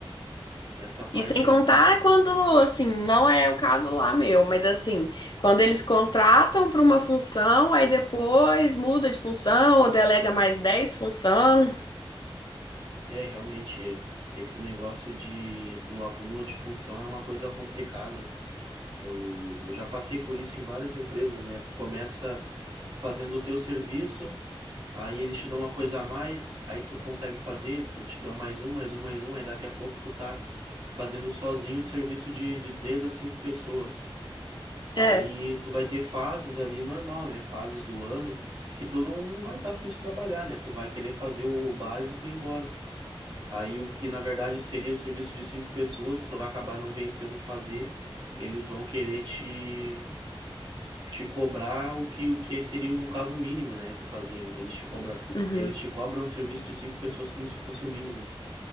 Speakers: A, on the right; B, on the left.
A: Essa parte
B: E sem contar
A: realmente
B: quando, assim, não é o caso lá meu, mas assim, quando eles contratam para uma função, aí depois muda de função ou delega mais 10 função.
A: é, realmente é. Esse negócio de, do acúmulo de função é uma coisa complicada. Eu, eu já passei por isso em várias empresas, né? Tu começa fazendo o teu serviço. Aí eles te dão uma coisa a mais, aí tu consegue fazer, tu te dão mais um, mais um, mais um, aí daqui a pouco tu tá fazendo sozinho o serviço de, de três a cinco pessoas. Aí
B: É.
A: tu vai ter fases ali normal, né? Fases do ano que tu não, não vai estar tá afim de trabalhar, né? Tu vai querer fazer o básico e ir embora. Aí o que na verdade seria o serviço de cinco pessoas, tu vai acabar não vencendo fazer, eles vão querer te te cobrar o que, o que seria, no caso, o mínimo, né? Tu fazer. Eles te cobra,
B: uhum.
A: eles te cobram um serviço de cinco pessoas como se fosse o mínimo.